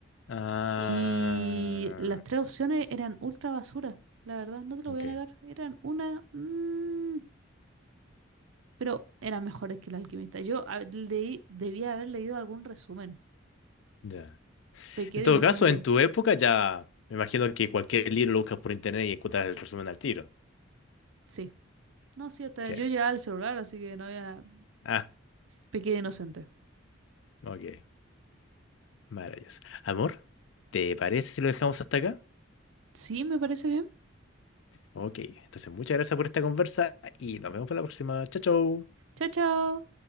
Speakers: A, on the left; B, on the right.
A: Ah,
B: Y las tres opciones eran ultra basura, la verdad, no te lo
A: ok.
B: voy a negar. Eran una... mm, pero eran mejores que El Alquimista. Yo a- leí, debía haber leído algún resumen.
A: Ya.
B: Pequé
A: En
B: de
A: todo
B: inocente.
A: caso, en tu época ya me imagino que cualquier libro lo buscas por internet y encuentras el resumen al tiro.
B: Sí. No, sí, hasta
A: Sí.
B: yo llevaba el celular, así que no había...
A: Ah,
B: Pequé de inocente.
A: ok. Maravilloso. Amor, ¿te parece si lo dejamos hasta acá?
B: Sí, me parece bien.
A: Ok. Entonces, muchas gracias por esta conversa y nos vemos para la próxima. Chao, chao.
B: Chao, chao.